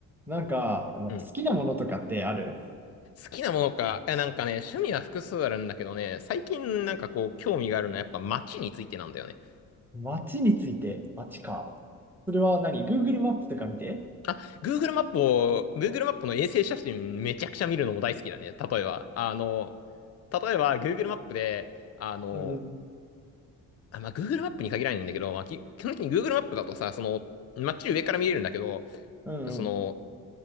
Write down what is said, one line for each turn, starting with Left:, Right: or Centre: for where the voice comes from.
Centre: なんか、なんか好きなものとかってある
Left: うん。好きなものか。え、なんかね、趣味は複数あるんだけどね、最近なんかこう、興味があるのはやっぱ街についてなんだよね。
Centre: 街について、街か。それは何 ?Google マップとか見て
Left: あ、Google マップを、Google マップの衛星写真めちゃくちゃ見るのも大好きだね。例えば、あの、例えば Google マップで、あの、
Centre: うんうん。
Left: あ、まあ、Google マップに限らないんだけど、まあ、き基本的に Google マップだとさ、その、街上から見れるんだけど、
Centre: うんうん。
Left: その、